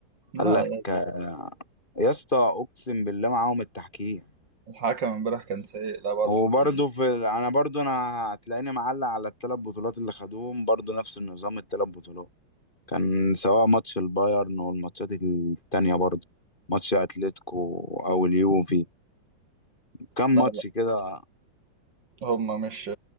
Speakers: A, on the right; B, on the left.
A: لا
B: قال لك آه، يا اسطى اقسم بالله معاهم التحكيم
A: الحكم امبارح كان سيء لا بعض
B: وبرضه
A: الحدود
B: في ال- انا برضه انا هتلاقيني معلق على الثلاث بطولات اللي خدوهم برضه نفس النظام الثلاث بطولات كان سواء ماتش البايرن والماتشات التانية برضه ماتش اتلتيكو او اليوفي كم
A: لا
B: ماتش
A: لا
B: كده
A: هم مش